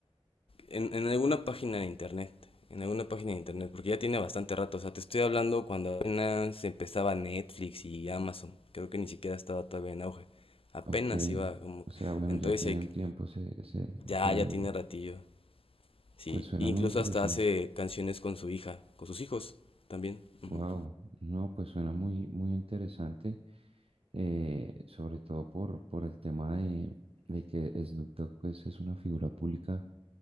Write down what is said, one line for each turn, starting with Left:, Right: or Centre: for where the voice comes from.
Left: En, en alguna página de internet, en alguna página de internet, porque ya tiene bastante rato, o sea, te estoy hablando cuando apenas empezaba Netflix y Amazon, creo que ni siquiera estaba todavía en auge, apenas
Right: Ok,
Left: iba como,
Right: o sea, bueno,
Left: entonces
Right: ya tiene
Left: sí hay que,
Right: un tiempo ese, ese,
Left: ya,
Right: ese
Left: ya
Right: álbum.
Left: tiene ratillo, sí,
Right: Pues suena
Left: incluso
Right: muy interesante.
Left: hasta hace canciones con su hija, con sus hijos también. ujú.
Right: Wow, no, pues suena muy, muy interesante, eh, sobre todo por, por el tema de, de que Snoop Dogg pues, es una figura pública